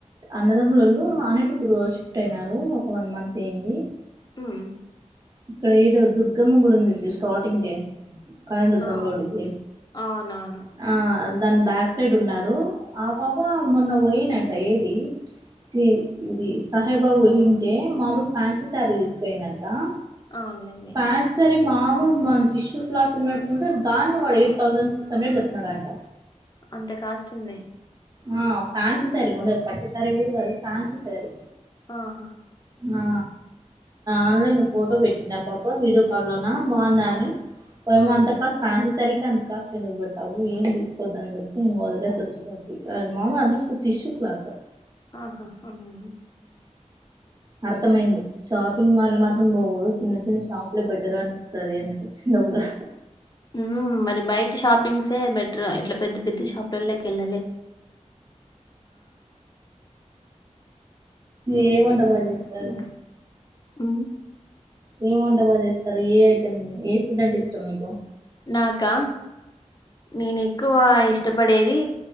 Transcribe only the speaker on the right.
అన్నదమ్ములలో ఆనటిపూర్ షిఫ్ట్ అయినారు ఒక వన్ మంత్ ఐయ్యంది
ఇక్కడ ఏదో దుర్గమ్మ గుడి ఉంది చూడు స్టార్టింగ్ గే కళీందుర్గం
రోడ్కి
ఆ దాని బ్యాక్ సైడ్ ఉన్నారు ఎప్పుడు ఆ పాప మొన్న పోయినంట ఏపీ <inaudible> సి ఇది సాహెబాబు ఉంటె మామూలు ఫ్యాన్సీ శారీ తీసుకుపోయిందండి. ఆ
ఫ్యాన్సీ సారీ బాగుంది మన టిష్యూ క్లాత్ ఉన్నట్టుంటె దాన్ని వాడు ఎయిట్ థౌసండ్ సిక్స్ హండ్రెడ్ చెప్తున్నాడంట
ఆ ఫ్యాన్సీ సారీ ముందర పట్టు సారీ కూడ కాదు ఫ్యాన్సీ సారీ
ఆ ఆన్లైన్ లో ఫోటో పెట్టిండ పాప వీడియో కాల్లోన బాగుందా అని పోమ్మ
అంత కా ఫ్యాన్సీ సారీ ఎంత కాస్ట్ అని చెప్పావు ఏం తీసుకోవద్దని అని జెప్పి ఇంగ వదిలేఅచ్చ <unintelligible> మామూలుగ అది టిష్యూ క్లాత్
అ అర్థమైంది. షాపింగ్ మాల్ మాత్రం పోదు చిన్న చిన్న షాప్లే బెటర్ అనిపిస్తది అనిపిచ్చింది గుడా
ఏ వంట బాగా చేస్తారు.
ఏం వంట బాగ్ చేస్తారు. ఏ ఐటెమ్, ఏ ఫుడ్ అంటే ఇష్టం మీకు?